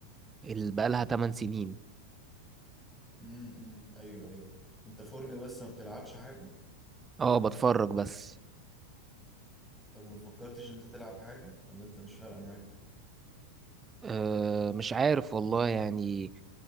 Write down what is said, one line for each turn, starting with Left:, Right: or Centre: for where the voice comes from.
Right: ال- بقالها 8 سنين
Centre: امم امم. ايوه ايوه انت فرجة بس ما بتلعبش حاجة
Right: اه بتفرج بس
Centre: طب وما فكرتش انت تلعب حاجة ولا انت مش فارقة معاك
Right: أه مش عارف والله يعني